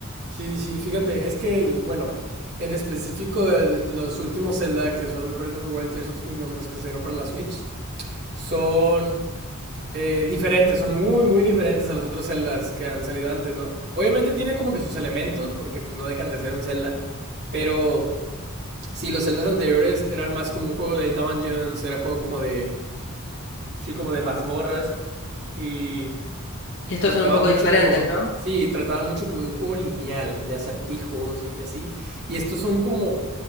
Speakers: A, on the right; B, on the left.
A: Sí, sí, fíjate, es que, el, bueno, en específico el- los últimos Zelda, que son el Breath of the Wild, Tears of the Kingdom, los que salieron para la Switch, son eh, diferentes, son muy, muy diferentes a los otros Zeldas que han salido antes, ¿no? Obviamente tiene como que sus elementos, porque pues no dejan de ser un Zelda, pero Sí, los Zeldas anteriores eran más como un juego de dungeons, era juego como de. Sí, como de mazmorras. Y
B: Y estos
A: trataba
B: son un poco
A: mucho
B: diferentes,
A: como.
B: ¿no?
A: Sí, trataba mucho como de un juego lineal, de acertijos y así. Y estos son como.